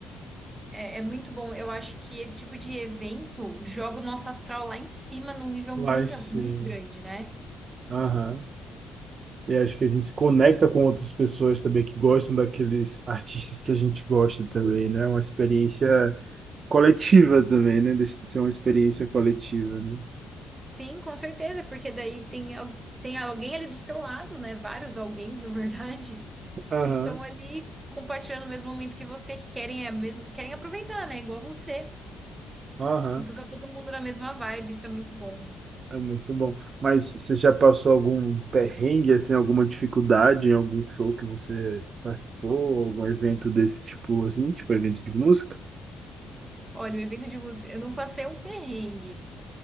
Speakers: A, on the right; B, on the right.
A: É, é muito bom. Eu acho que esse tipo de evento joga o nosso astral lá em cima num nível
B: Lá
A: muito,
B: em cima.
A: muito grande, né?
B: Aham. E acho que a gente se conecta com outras pessoas também que gostam daqueles artistas que a gente gosta também, né? Uma experiência coletiva também, né? Deixa de ser uma experiência coletiva, né?
A: Sim, com certeza, porque daí tem, al- tem alguém ali do seu lado, né? Vários alguéns, na verdade,
B: Aham,
A: que estão ali compartilhando o mesmo momento que você, que querem, a mesmo, querem aproveitar, né? Igual você.
B: aham.
A: Então tá todo mundo na mesma vibe, isso é muito bom.
B: É muito bom. Mas você já passou algum perrengue, assim, alguma dificuldade em algum show que você participou, algum evento desse tipo, assim, tipo evento de música?
A: Olha, o evento de música, eu não passei um perrengue,